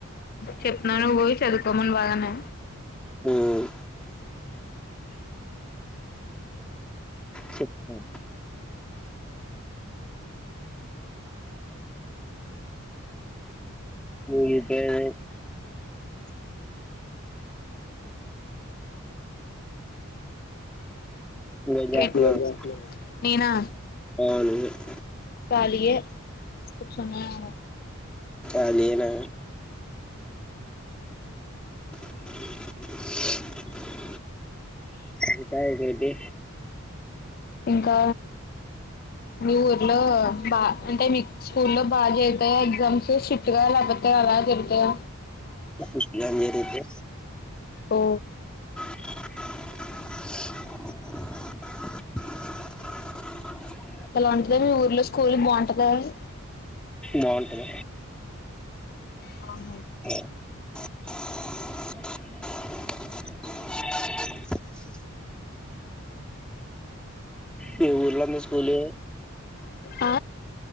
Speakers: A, on the left; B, in the centre.
A: చెప్తున్నాను నువ్ పోయి చదువుకోమను వాళ్ళను
B: హ్మ్ చెప్తాన్ మీ పేరే నువ్వేం
A: రేప్
B: చేస్తున్నావ్?
A: నేనా
B: అవును
A: కాలీయే కూర్చున్నాను.
B: అదేనా <inaudible> <inaudible> ఇకా ఏటేటి
A: ఇంకా మీ ఊర్లో బా అంటే మీక్ స్కూల్లో బాగా జరుతాయా ఎగ్జామ్స్ స్ట్రిక్ట్గా లేకపోతే అలా జరుతాయా.
B: ఎగ్జామ్ జరిగితే
A: ఓ
B: <inaudible> <inaudible> <inaudible> <inaudible>
A: ఎలా ఉంటది మీ ఊర్లో స్కూల్ బాగుంట. <unintelligible>
B: బాగుంటదా
A: అవును
B: <inaudible> <unintelligible> మీ ఊర్లో ఉన్న స్కూలే
A: ఆ